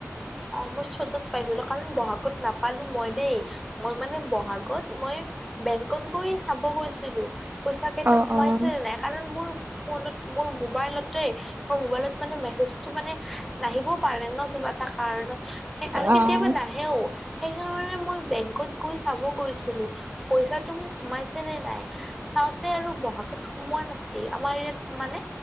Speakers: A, in the centre; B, on the right.
A: অঁ মই চতত পাইছিলো কাৰণ বহাগত নাপালো মই দেই। মই মানে বহাগত মই বেংকত গৈ চাব গৈছিলো। পইচাকেইটা
B: অ',
A: সোমাইছিল
B: অ'।
A: নাই কাৰণ মোৰ ফোনত মোৰ মোবাইলতে, ম মোবাইলত মানে মেছেজটো মানে নাহিবও পাৰে ন কিবা এটা, কাৰণত, আৰু সেই আৰু
B: অ'
A: কেতিয়াবা নাহে নাহেও, সেইকাৰণে মই বেংকত গৈ চাব গৈছিলো। পইচাটো মোৰ সোমাইছে নে নাই। চাওঁতে আৰু বহাগত সোমোৱা নাছিল আমাৰ ইয়াত মানে